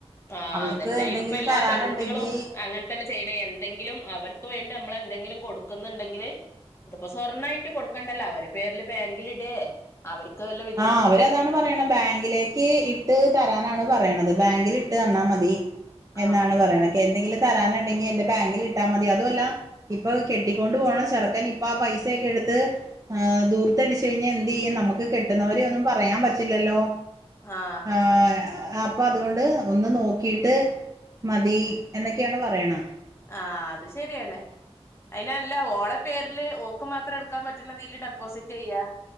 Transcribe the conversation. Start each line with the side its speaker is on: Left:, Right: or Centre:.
Left: ആ
Right: അവൾക്ക്
Left: അതന്നെ
Right: എന്തെങ്കിലും
Left: ഇപ്പ എല്ലാ
Right: തരാനുണ്ടെങ്കി
Left: പെൺകുട്ടികളും അങ്ങനെ തന്നെ ചെയ്യണ് എന്തെങ്കിലും അവർക്ക് വേണ്ടി നമ്മൾ എന്തെങ്കിലും കൊടുക്കുന്നുണ്ടെങ്കില് ഇതിപ്പോ സ്വർണ്ണയിട്ട് കൊടുക്കണ്ടല്ലോ അവരെ പേരില് ബാങ്കില് ഇടേ അവര്ക്ക് വല്ല വി
Right: ആ അവരതാണ് പറയണ് ബാങ്കിലേക്ക് ഇട്ട് തരാനാണ് പറയണത് ബാങ്കിൽ ഇട്ട് തന്നാൽ മതി എന്നാണ്
Left: ആ
Right: പറയണ്. ക്ക് എന്തെിലും തരാനുണ്ടെങ്കി എന്റെ ബാങ്കിൽട്ടാ മതി അതു അല്ല ഇപ്പൊ കെട്ടിക്കൊണ്ട് പോണ ചെറുക്കൻ ഇപ്പൊ ആ പൈസൊക്കെ എടുത്ത് ആ ദൂർത്ത് അടിച്ചു കഴിഞ്ഞാൽ എന്ത് ചെയ്യും നമുക്ക് കെട്ടുന്നവരെ ഒന്നും പറയാൻ പറ്റില്ലല്ലോ
Left: ആഹ്
Right: ആ അപ്പ അതുകൊണ്ട് ഒന്ന് നോക്കിയിട്ട് മതി എന്നൊക്കെയാണ് പറയണ്
Left: ആ അത് ശരിയാണ് അയ്നല്ല ഓളെ പേരില് ഓക്ക് മാത്രം ടുക്കാൻ പറ്റ്ണതില് ഡെപ്പോസിറ്റ്യ്യാ